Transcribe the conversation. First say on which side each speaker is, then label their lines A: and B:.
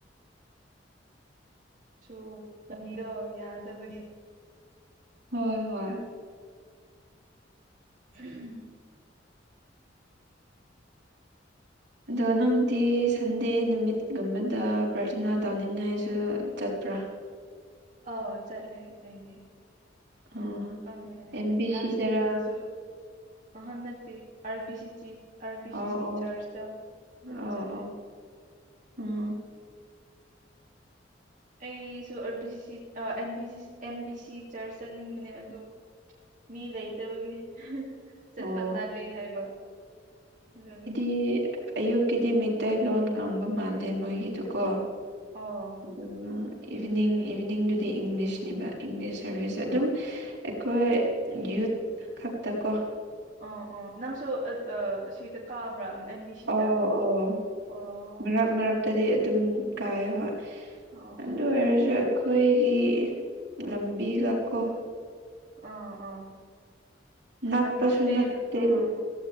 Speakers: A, on the right (about 45°); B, on the right (about 65°).
A: ꯁꯨ ꯂꯥꯝꯕꯤꯗꯣ ꯌꯥꯗꯕꯒꯤ
B: ꯍꯣꯏ ꯍꯣꯏ
A: ꯎꯝ <inaudible> <unintelligible>
B: ꯑꯗꯣ ꯅꯪꯗꯤ ꯁꯟꯗꯦ ꯅꯨꯃꯤꯠꯀꯨꯝꯕꯗ ꯄ꯭ꯔꯊꯥꯅꯥ ꯇꯧꯅꯤꯡꯉꯥꯏꯁꯨ ꯆꯠꯄ꯭ꯔꯥ
A: ꯑꯥꯎ ꯆꯠꯂꯦ ꯑꯩꯗꯤ
B: ꯑꯥ
A: ꯑꯪ
B: ꯑꯦꯝ ꯕꯤ
A: ꯂꯥꯁ
B: ꯁꯤꯗꯔꯥ
A: ꯁꯥꯟꯗꯦꯗꯁꯨ ꯑꯍꯥ ꯅꯠꯇꯦ R B C R B
B: ꯑꯣ
A: ꯁꯤꯁꯤ
B: ꯑꯣ
A: ꯆꯥꯔꯆꯇ ꯑꯗꯨꯝ
B: ꯑꯣ
A: ꯆꯥꯠꯅꯩ
B: ꯑꯣ ꯎꯝ
A: ꯑꯩꯁꯨ R B C M B C ꯆꯔꯆ ꯆꯠꯅꯤꯡꯕꯅꯦ ꯑꯗꯣ ꯃꯤ ꯂꯩꯇꯕꯒꯤ ꯆꯠꯄ
B: ꯑꯣ
A: ꯇꯜꯂꯦ ꯍꯥꯏꯕ ꯑꯗꯨꯒꯤ
B: ꯒꯤ ꯑꯌꯨꯛꯀꯤꯗꯤ ꯃꯩꯇꯩꯂꯣꯟ ꯉꯥꯡꯕ ꯃꯥꯜꯂꯦ ꯃꯣꯏꯒꯤꯗꯨꯀꯣ
A: ꯑꯣ
B: ꯑꯗꯨꯒ ꯏꯚꯤꯅꯤꯡ ꯏꯚꯤꯅꯤꯡꯗꯨꯗꯤ ꯏꯪꯂꯤꯁꯅꯦꯕ ꯏꯪꯂꯤꯁ ꯁꯥꯔꯚꯤꯁ ꯑꯗꯨꯝ ꯑꯩꯈꯣꯏ ꯌꯨꯠ ꯈꯛꯇ ꯀꯣ
A: ꯑꯣ ꯑꯣ ꯅꯪꯁꯨ ꯁꯤꯗ ꯀꯥꯕ꯭ꯔꯥ ꯑꯦꯝ ꯕꯤ ꯁꯤꯗ
B: ꯑ ꯑꯣ
A: ꯑꯣ
B: ꯃꯔꯛ ꯃꯔꯛꯇꯗꯤ ꯑꯗꯨꯝ ꯀꯥꯏ ꯍꯣꯏ
A: ꯑꯣ
B: ꯑꯗꯨ
A: ꯑꯣ
B: ꯑꯣꯏꯔꯁꯨ ꯑꯩꯈꯣꯏꯒꯤ ꯂꯝꯕꯤꯒꯀꯣ
A: ꯑꯥ ꯑꯥ ꯈꯔ
B: ꯅꯛꯄꯁꯨ
A: ꯂꯥꯞꯄꯦꯟ
B: ꯅꯠꯇꯦ
A: ꯑꯥ